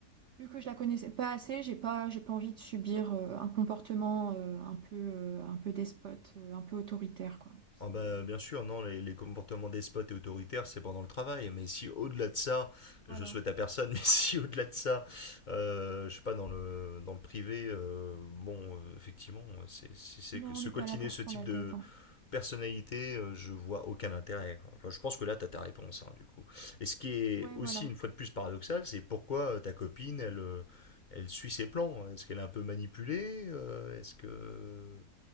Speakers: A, on the right; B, on the left.
A: vu que je la connaissais pas assez, j'ai pas j'ai pas envie de subir euh, un comportement euh, un peu euh, un peu despote, euh, un peu autoritaire quoi. C'est
B: Ah bah, bien sûr, non, les, les comportements despotes et autoritaires, c'est pendant le travail. Mais si au-delà de ça, je
A: voilà.
B: souhaite à personne, <laughs> mais si au-delà de ça, euh, je sais pas, dans le, dans le privé, euh, bon, euh, effectivement, c'est c'est- c'est
A: Non,
B: que se
A: on n'est
B: coltiner
A: pas là pour
B: ce
A: se prendre
B: type
A: la
B: de
A: tête, hein.
B: personnalité, euh, je vois aucun intérêt. quoi. Enfin, je pense que là, t'as ta réponse, hein, du coup. Et ce qui est
A: Ouais,
B: aussi,
A: voilà.
B: une fois de plus, paradoxal, c'est pourquoi euh, ta copine, elle, euh, elle suit ses plans. Est-ce qu'elle est un peu manipulée? Euh, Est-ce que... euh,